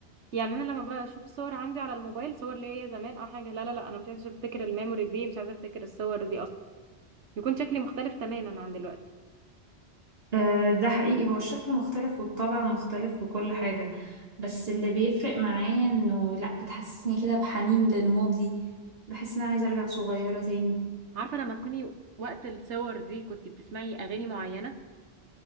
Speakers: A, on the right; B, on the right.
A: يعني انا لما بشوف الصور عندي على الموبايل صور ليا زمان او حاجه لا لا لا انا مش عايزه افتكر الميموري دي مش عايزه افتكر الصور دي اصلا يكون شكلي مختلف تماما عن دلوقتي
B: آه، ده حقيقي هو الشكل مختلف والطبع مختلف وكل حاجة بس اللي بيفرق معايا انه لا بتحسسني كده بحنين للماضي بحس ان انا عايزة ارجع صغيرة تاني
A: عارفه لما تكوني وقت الصور دي كنت بتسمعي اغاني معينه